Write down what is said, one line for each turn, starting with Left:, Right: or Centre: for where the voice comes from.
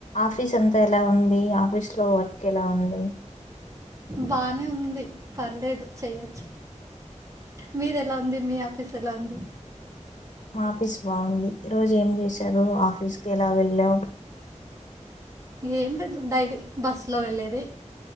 Left: ఆఫీస్ అంతా ఎలా ఉంది ఆఫీస్ లో వర్క్ ఎలా ఉంది
Right: బానే ఉంది పర్లేదు చేయొచ్చు మీది ఎలా ఉంది మీ ఆఫీస్ ఎలా ఉంది
Left: మా ఆఫీస్ బాగుంది ఈరోజు ఏం చేశారో ఆఫీస్కి ఎలా వెళ్ళావు
Right: ఏం లేదు డైలీ బస్సులో వెళ్ళేది